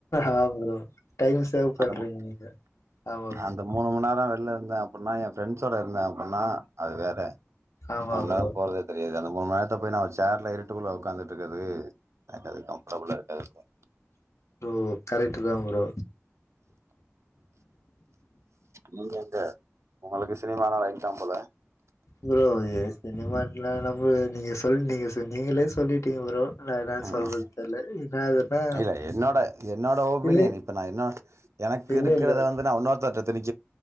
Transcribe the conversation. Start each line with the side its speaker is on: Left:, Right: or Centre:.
Left: ஆ ப்ரோ டைம் சேவ் பண்றீங்க
Right: அந்த
Left: நீங்க ஆமா ப்ரோ
Right: அந்த மூணு மணி நேர வெளில இருந்தே அப்டின்னா என் ஃப்ரெண்ட்ஸோட இருந்தே அப்டின்னா அது வேற
Left: ஆமா
Right: மூணு மணி
Left: ப்ரோ
Right: நேரோ போறதே தெரியாது அந்த மூணு மணி நேரத்த போய் நான் அந்த சேர்ல இருந் ட்டுக்குள்ள உக்காந்துட்டு இருக்றது எனக்கு அது கம்ஃபர்ட்டபுளா இருக்காது ப்ரோ
Left: <unintelligible> ப்ரோ
Right: நீங்க எங்க உங்களுக்கு சினிமான <inaudible> போல
Left: ப்ரோ ஏ சினிமாலாம் என்ன ப்ரோ நீங்க சொல் நீங்க செஞ் நீங்களே சொல்லிட்டீங்க ப்ரோ நா என்ன
Right: ஹம்
Left: சொல்றது தெர்ல என்னாதுன்னா
Right: இல்ல என்னோட- என்னோட ஒபீனியன்
Left: இல்ல
Right: இப்ப நான் என்னா எனக்கு
Left: இல்ல
Right: இருக்கிறத
Left: இல்ல ப்ரோ.
Right: வந்து நான் இன்னொருத்தர்ட்ட திணிக்